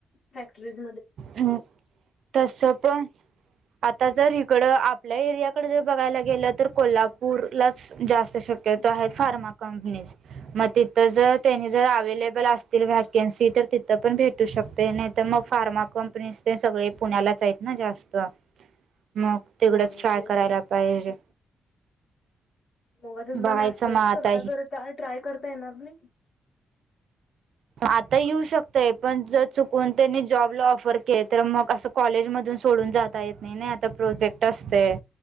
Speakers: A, on the left (about 55°); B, on the right (about 70°).
A: फॅक्ट्रॉइस
B: हम् तस पण आता जर. इकडं आपल्या एरियाकडे जर बघायला गेलं तर कोल्हापूरलाच जास्त शक्यत. तिथं आहे फर्मा कंपनी मगं तिथं जर त्यांनी जर अव्हेल अस व्हकन्सी तर तिथ पण भेटू शकते नाही तर मग फार्मा. कंपनी ते सगळे पुण्यालाच आहेत ना जास्त. मग तिकडंच
A: होय
B: ट्राय
A: ते
B: करायला
A: पण आहे
B: पाहिजे.
A: मग आ ते तुला
B: बघायचं
A: मास्टर्स
B: मग आता
A: करता
B: हे
A: कर ट्राय करता येणारी.
B: आता येऊ शकतय पण जर चुकून त्यांनी जॉबला ऑफर केले तर मग अस कॉलेजमधून. सोडून जाता येत नाही नाही आता प्रोजेक्ट असते.